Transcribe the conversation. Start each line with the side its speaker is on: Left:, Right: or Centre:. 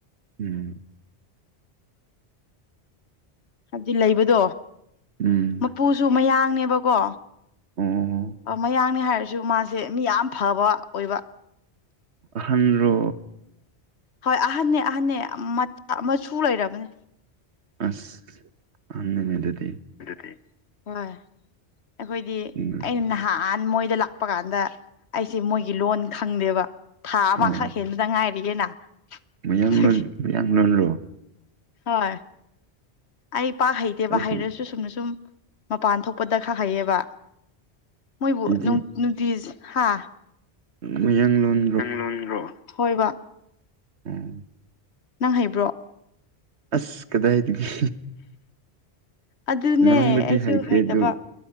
Right: ꯎꯝ
Left: ꯍꯥꯏꯕꯗꯤ ꯂꯩꯕꯗꯣ
Right: ꯎꯝ
Left: ꯄꯨꯁꯨ ꯃꯌꯥꯡꯅꯦꯕꯀꯣ
Right: ꯑꯣ
Left: ꯑ ꯃꯌꯥꯡꯅꯦ ꯍꯥꯏꯔꯁ ꯁꯨ ꯃꯥꯁꯦ ꯃꯤ ꯌꯥꯝ ꯐꯕ ꯑꯣꯏꯕ
Right: ꯑꯍꯟꯔꯣ
Left: ꯍꯣꯏ ꯑꯍꯟꯅꯦ ꯑꯍꯟꯅꯅꯦ ꯃꯆꯥ ꯃꯆꯨ ꯂꯩꯔꯕꯅꯦ
Right: ꯑꯁ ꯑꯍꯟꯅꯤꯅꯦꯗꯨꯗꯤ
Left: ꯑꯗꯨꯗꯤ ꯍꯣꯏ ꯑꯩꯈꯣꯏꯗꯤ
Right: ꯎꯝ
Left: ꯑꯩꯅ ꯅꯍꯥ ꯅꯍꯥꯟ ꯃꯣꯏꯗ ꯂꯥꯛꯄ ꯀꯥꯟꯗ ꯑꯩꯁꯦ ꯃꯣꯏꯒꯤ ꯂꯣꯟ ꯈꯪꯗꯦꯕ ꯊꯥ ꯑꯃꯈꯛ
Right: ꯑꯣ
Left: ꯍꯦꯟꯕꯗ ꯉꯥꯏꯔꯤꯌꯦꯅ
Right: ꯃꯌꯥꯡꯂꯣꯟ
Left: ꯑꯗꯨꯒꯤ
Right: ꯃꯌꯥꯡꯂꯣꯟꯔꯣ
Left: ꯍꯣꯏ ꯑꯩ ꯄꯥꯛ ꯍꯩꯇꯦꯕ
Right: ꯑꯩꯗꯤ
Left: ꯍꯩꯔꯁꯨ ꯆꯨꯝꯅ ꯁꯨꯝ ꯃꯄꯥꯟ ꯊꯣꯛꯄꯗ ꯈꯛ ꯍꯩꯌꯦꯕ ꯃꯣꯏꯕꯨ
Right: ꯑꯩꯗꯤ
Left: ꯅꯨꯡ ꯅꯨꯡꯇꯤꯁ ꯍꯥ
Right: ꯃꯌꯥꯡꯂꯣꯟ
Left: ꯂꯣꯟꯕ꯭ꯔꯣ ꯍꯣꯏꯕ
Right: ꯎꯝ
Left: ꯅꯪ ꯍꯩꯕ꯭ꯔꯣ
Right: ꯑꯁ ꯀꯗꯥꯏꯗꯥꯒꯤ
Left: ꯑꯗꯨꯅꯦ
Right: ꯉꯥꯡꯕꯗꯤ
Left: ꯑꯩꯁꯨ
Right: ꯍꯩꯇꯦ
Left: ꯍꯩꯇꯕ
Right: ꯑꯗꯨ